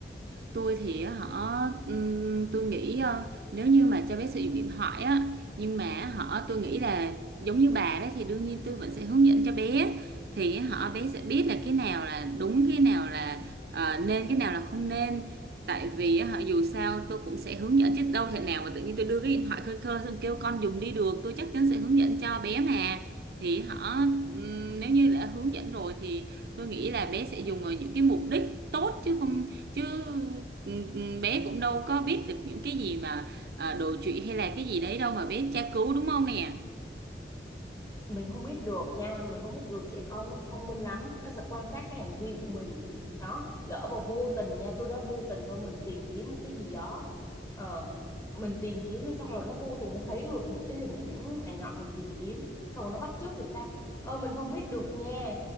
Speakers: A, on the right; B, on the left.
A: tôi thì họ ừm, tôi nghĩ ờ, nếu như mà cho bé sử dụng điện thoại á nhưng mà họ tôi nghĩ là giống như bà đấy thì đương nhiên tôi vẫn sẽ hướng dẫn cho bé thì họ bé sẽ biết là cái nào là đúng cái nào là ờ, nên cái nào là không nên tại vì họ dù sao tôi cũng sẽ hướng dẫn chứ đâu thể nào mà tự nhiên tôi đưa cái điện thoại khơi khơi xong kêu con dùng đi được tôi chắc chắn sẽ hướng dẫn cho bé mà thì họ ừm, nếu như đã hướng dẫn rồi thì tôi nghĩ là bé sẽ dùng vào những cái mục đích tốt chứ không chứ ừ, ừ, bé cũng đâu có biết được những cái gì mà à, đồi trụy hay là cái gì đấy đâu mà bé tra cứu đúng không nè
B: mình không biết được nha mình không biết được trẻ con nó thông minh lắm nó sẽ quan sát cái hành vi của mình đó lỡ mà vô tình nha tôi nói vô tình thôi mình tìm kiếm một cái gì đó ờ, mình tìm kiếm xong rồi nó vô tình nó thấy được những cái hình ảnh này nọ mình tìm kiếm xong rồi nó bắt chước thì sao ờ mình không biết được nha